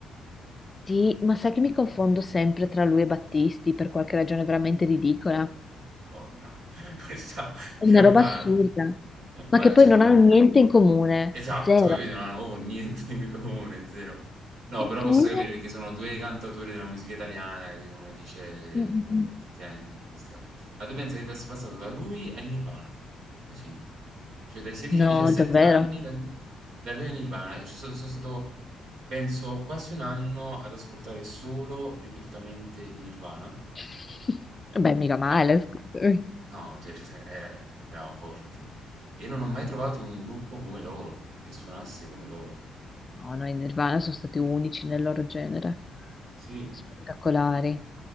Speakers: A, on the left (about 25°); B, on the right (about 80°).
A: Sì, ma sai che mi confondo sempre tra lui e Battisti per qualche ragione veramente ridicola?
B: Madonna, <laughs> questa
A: È
B: è
A: una
B: una
A: roba assurda, ma
B: ma
A: che poi
B: cioè
A: non
B: fanno
A: hanno
B: pro
A: niente in comune,
B: Esatto,
A: zero.
B: capito? Non hanno proprio niente in comune, zero. No,
A: Eppure,
B: però posso capire perché sono due cantatori della musica italiana, capito? Uno dice,
A: mm, mm,
B: vabbè,
A: mm.
B: effettivamente ci può stare. Ma tu pensi che fosse passato da lui a Nirvana? Così. Cioè dai 16
A: no,
B: ai 17
A: davvero.
B: anni, da lui, da lui a Nirvana. Cioè, sono, sono stato, penso, quasi un anno ad ascoltare solo, ripetutamente, Nirvana.
A: <laughs> Vabbè, mica male,
B: Ah,
A: scusami.
B: no, cioè, <laughs> eh, eravamo forti. E non ho mai trovato un gruppo come loro, che suonasse come loro.
A: No, no, i Nirvana sono stati unici nel loro genere,
B: Sì,
A: spettacolari.